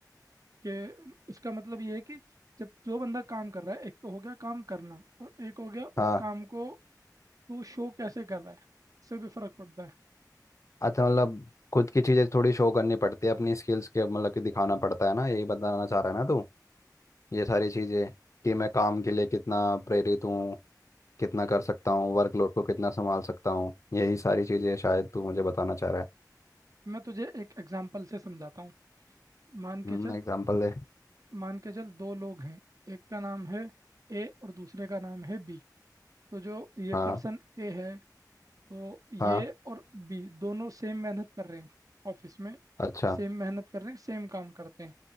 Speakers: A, on the right; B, on the left.
A: कि इसका मतलब ये है कि जब जो बंदा काम कर रहा है एक तो हो गया काम करना और एक हो गया उस
B: हाँ
A: काम को तू शो कैसे कर रहा है इससे भी फर्क पड़ता है
B: अच्छा मतलब खुद की चीज़ें थोड़ी शो करनी पड़ती है अपनी स्किल्स के मतलब कि दिखाना पड़ता है ना यही बताना चाह रहा है ना तू ये सारी चीज़ें कि मैं काम के लिए कितना प्रेरित हूँ कितना कर सकता हूँ वर्कलोड को कितना संभाल सकता हूँ यही सारी चीज़ें शायद तू मुझे बताना चाह रहा है
A: मैं तुझे एक एग्जांपल से समझाता हूँ मान
B: हम्म
A: के चल
B: एग्जाम्पल दे
A: मान के चल दो लोग हैं एक का नाम है ए और दूसरे का नाम है बी तो जो ये
B: हाँ
A: पर्सन ए है तो
B: हाँ
A: ये और बी दोनों सेम मेहनत कर रहे हैं ऑफिस में
B: अच्छा
A: सेम मेहनत कर रहे हैं सेम काम करते हैं